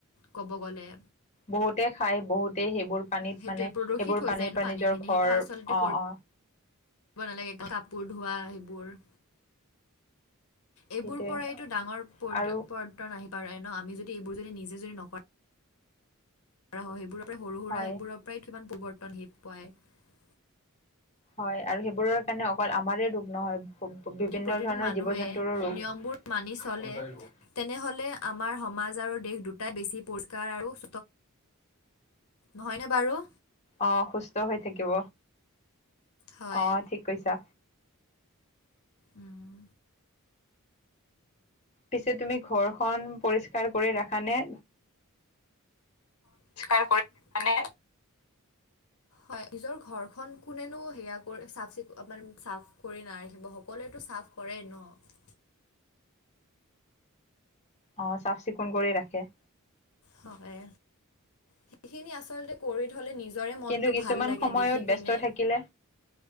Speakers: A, on the left (about 80°); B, on the left (about 30°).
A: ক'ব গ'লে।
B: বহুতে খাই বহুতেই সেইবোৰ পানীত
A: সেইটোৱে
B: মানে
A: প্ৰদূষিত
B: সেইবোৰ
A: হৈ
B: পানীৰ
A: যায় ন
B: পৰা
A: পানীখিনি
B: নিজৰ ঘৰ
A: সেইটো আচলতে
B: অহ অহ
A: কৰিব নালাগে, কাপোৰ ধোৱা সেইবোৰ এইবোৰ
B: সেইটোৱে
A: পৰাইতো ডাঙৰ পৰিত
B: আৰু
A: পৰ্তন আহি পাৰে ন', আমি যদি এইবোৰ যদি নিজে যদি নক ৰা হয় সেইবোৰৰ পৰা সৰু সুৰা
B: হয়
A: সেইবোৰৰ পৰাই সমান পৰিৱৰ্তন <unintelligible> পাই
B: হয়। আৰু সেইবোৰৰ কাৰণে অকল আমাৰে দোষ নহয়।
A: যদি
B: বিভিন্ন
A: প্ৰতিটো
B: ধৰণৰ
A: মানুহে
B: জীৱ জন্তুৰ ৰোগ
A: নিয়মবোৰ মানি চলে তেনেহ'লে আমাৰ সমাজ আৰু দেশ দুটাই বেছি পৰিষ্কাৰ আৰু নহয়নে বাৰু?
B: অ' সুস্থ হৈ থাকিব।
A: হয়
B: অ' ঠিক কৈছা।
A: উম।
B: পিছে তুমি ঘৰখন পৰিস্কাৰ কৰি ৰাখা নে?
A: পৰিষ্কাৰ কৰি মানে হয় নিজৰ ঘৰখন কোনেনো সেয়া কৰি চাফ - মানে চাফ কৰি নাৰাখিব সকলোৱতো চাফ কৰেই ন'।
B: অ' চাফ চিকুণ কৰি ৰাখে।
A: হয়। সেইখিনি আচলতে কৰি থ'লে নিজৰে মনটো
B: কিন্তু কিছুমান
A: ভাল লাগে
B: সময়ত
A: দেখি
B: ব্যস্ত
A: পিনে।
B: থাকিলে